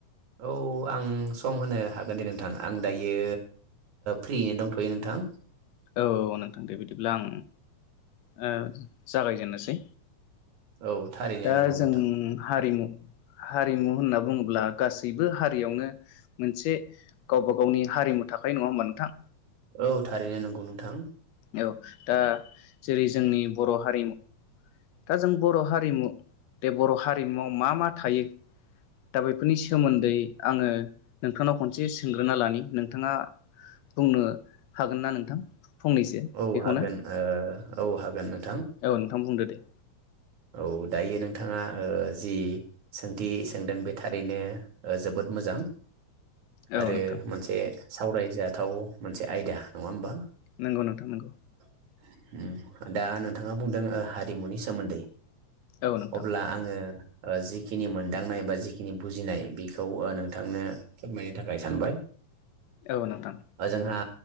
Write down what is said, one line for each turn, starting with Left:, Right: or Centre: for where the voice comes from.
Right: औ आं सम होनो हागोन दे नोंथां, आं दायो फ्रियैनो दंथ'यो नोंथां।
Left: औ औ नोंथां दे बिदिब्ला आं ओ जागायजेननोसै
Right: औ थारैनो
Left: दा
Right: नंगौ
Left: जों
Right: नोंथां
Left: हारिमु- हारिमु होनना बुङोब्ला गासैबो हारियावनो मोनसे गावबा गावनि हारिमु थाखायो। नङा होमबा नोंथां?
Right: औ थारैनो नंगौ नोंथां।
Left: औ दा जेरै- जोंनि बर' हारिमु दा जों बर' हारिमु, बे बर' हारिमुवआव मा मा थायो? दा बे बेफोरनि सोमोन्दै आङो नोंथांनाव खनसे सोंग्रोना लानि। नोंथाङा बुंनो हागोन ना नोंथां? फंनैसो
Right: औ
Left: बेखौनो
Right: हागोन, ओ औ हागोन नों
Left: औ नोंथां बुंदो दे
Right: औ दायो नोंथाङा जि सोंथि सोंदों बे थारैनो जोबोद मोजां।
Left: औ
Right: आरो
Left: नोंथां
Right: मोनसे सावरायजाथाव मोनसे आयदा नङा होमबा?
Left: नंगौ नोंथां नगौ।
Right: उम दा नोंथाङा बुंदों ओ हारिमुनि सोमोन्दै
Left: औ नोंथां
Right: अब्ला आङो जिखिनि मोनदांनाय बा जिखिनि बुजिनाय बेखौ नोंथांनो फोरमायनो थाखाय सानबाय।
Left: औ नोंथां
Right: जोंहा